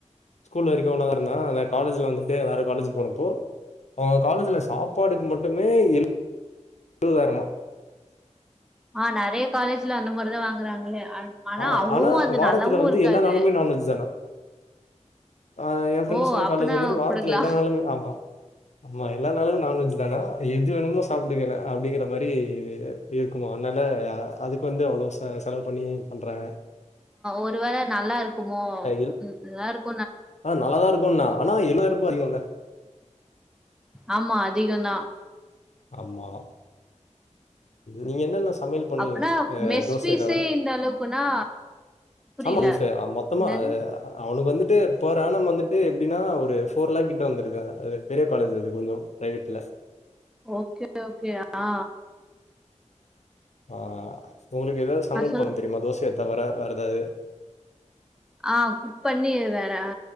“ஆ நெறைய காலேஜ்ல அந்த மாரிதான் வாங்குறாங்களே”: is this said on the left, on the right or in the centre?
Centre